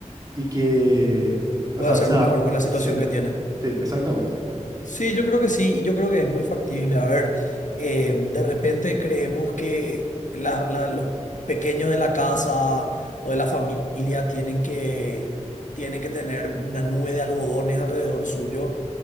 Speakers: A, on the right (about 30°); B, on the left (about 80°).
A: Y que, o
B: Puede
A: sea,
B: hacerlo
A: se adap-
B: mejor con la situación
A: Sí,
B: que tiene.
A: sí, exactamente.
B: Sí, yo creo que sí, y yo creo que es muy factible. A ver, eh, de repente creemos que la- la- los pequeños de la casa o de la familia tienen que, tienen que tener una nube de algodones alrededor suyo.